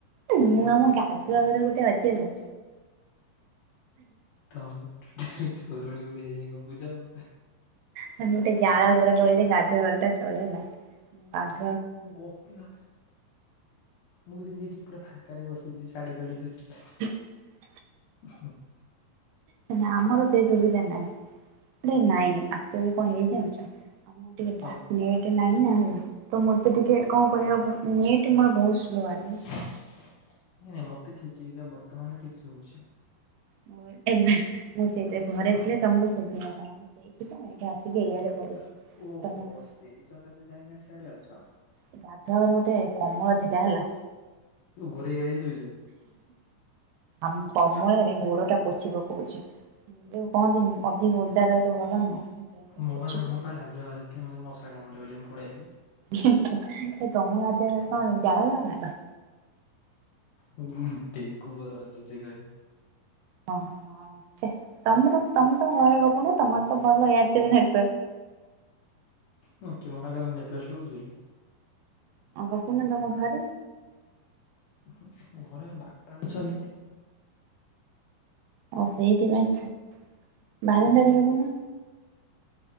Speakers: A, on the right; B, on the left.
A: ଉଁ ମୁଁ ଆମ ଗାଧୁଆ ଘର ଭିତରେ ଅଛି ହେଲା।
B: ତମେ ଟୋଟାଲି ଚୋରୁଣୀ ଭଳିଆ ଯାଇଁ ଗପୁଚ ଆଉ।
A: ମାନେ ଗୋଟେ ଜାଳ ଘର କହିଲେ ଗାଧୁଆଘରଟା ଚଳେ ହେଲା ଗା
B: ଗୋପିବା ପାଇଁ ମୁଁ ଯେମତି ଏଠି ପୁରା ଫାଙ୍କରେ ବସିଚି ଶାଢୀ ପାଢି ଲୁଚିକି
A: <inaudible>
B: ଉହୁ।
A: ହେ ନା ଆମର ସେଇ ସୁବିଧା ନାଇଁ ବେ ନାଇଁ ଆକଚୋଲି କଣ ହେଇଚି ଜାଣିଚ ଆମ ଟିକେ
B: କଣ
A: ଡା ନେଟେ ନାହିଁ ନା ତ ମତେ ଟିକେ କଣ କରିବାକୁ ପ ନେଟ ମୋର ବୋହୁତ ସ୍ଲୋ ଆ
B: ନାଇଁ ନାଇଁ ମତେ ଠିକି ଏକା ବର୍ତ୍ତମାନ ଠିକ ଶଭୁଛି।
A: ମୁଁ ଏବେ ମୁଁ ସେଇଥି ଘରେ
B: ହଁ
A: ଥିଲେ ତମକୁ ଶୁଭିନ ନଥାନ୍ତା ମୁଁ ସେଇଥି ପାଇଁ ଏଇଠି ଆସ୍ ସିକି
B: ହଁ।
A: ଏଇଆଡେ ବଇଛି
B: ଓହୋ
A: ତମ
B: ସେଇ ସକାଶେ କାହିଁକିନା ସିଆଡେ ଅଛ।
A: ଏ ଗାଧୁଆଘରେ ଗୋଟେ କମଳ ଥିଲା ହେଲା
B: ଘୋରୋଇ ଘାରେଇ ଶୋଇଚ।
A: ଆମ କମଳରେ ଗୋଡଟା ପୋଛିପକୋଉଚି ଯୋଉ କହନ୍ତିନି ଅଧିକ ଓଦା ରହିଲେ ଭଲ ନୁହଁ। ସେଇଥିପାଇଁ
B: ମୁଁ
A: ପୋଛି
B: ପା
A: ପୋଛି
B: ମୁଁ ପା ଗାଧୁଆଘରେ ଥିଲି ମତେ ମଶା କାମୁଡିବ ବୋଲି ମୁଁ ପଳିଆଇଲି।
A: କିନ୍ତୁ ଯେ ତମ ଗାଧୁଆଘରେ କଣ ଚାଳଘର ନା କଣ?
B: ହୁଁ ଡେଙ୍ଗୁ ବର ଅଛି ସେଘରେ।
A: ହଁ ହଁ ଚେ ତମର ତମେ ତମ ଘରେ ଗପୁନ ତମର ତ ଭଲ ଏୟାରଟେଲ ନେଟୱାର୍କ।
B: ହୁଁ କିଏ ମନାକଲା ନେଟୱାର୍କ ସ୍ଲୋ ହୋଉଚି ବୋଲି।
A: ଆ ଗପୁନ ତମ ଘରେ।
B: ଉହୁଁ ଘରେ ବାପା ଅଛନ୍ତି।
A: ଆଉ ସେଇଥିପାଇଁ ଚ ବାରଣ୍ଡାରେ ଗପୁନ।